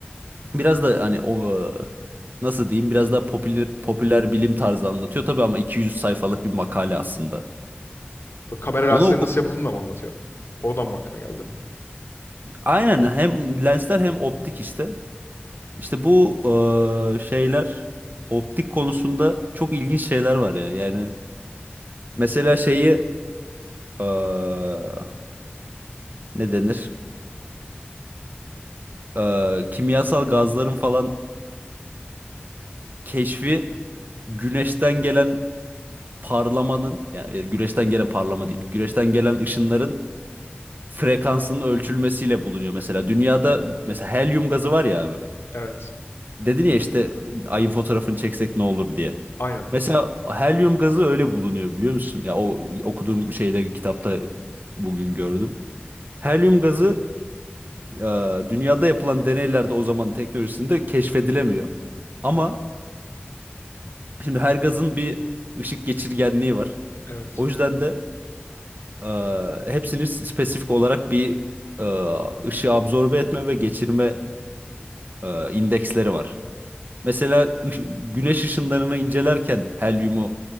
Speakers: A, on the right (about 50°); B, on the left (about 85°).
A: Biraz da hani o eee, nasıl diyeyim biraz daha popüler, popüler bilim tarzı anlatıyor. Tabii ama 200 sayfalık bir makale aslında.
B: Böyle kamera lensleri
A: Onu oku
B: nasıl yapıldığını da mı anlatıyor? Oradan mı aklına geldi?
A: Aynen hem lensler hem optik işte. İşte bu eee, şeyler optik konusunda çok ilginç şeyler var ya. Yani mesela şeyi eee, ne denir? Eee, kimyasal gazların falan keşfi güneşten gelen parlamanın yani e, güneşten gelen parlama değil. Güneşten gelen ışınların frekansının ölçülmesiyle bulunuyor mesela. Dünyada mesela helyum gazı var ya abi.
B: Evet.
A: Dedin ya işte ayın fotoğrafını çeksek ne olur diye.
B: Aynen.
A: Mesela helyum gazı öyle bulunuyor biliyor musun? Ya o okuduğum şeyde kitapta bugün gördüm. Helyum gazı e, dünyada yapılan deneylerde o zaman teknolojisinde keşfedilemiyor. Ama şimdi her gazın bir ışık geçirgenliği var.
B: Evet.
A: O yüzden de e, hepsini spesifik olarak bir e, ışığı absorbe etme ve geçirme e, indeksleri var. Mesela ış- güneş ışınlarını incelerken helyumu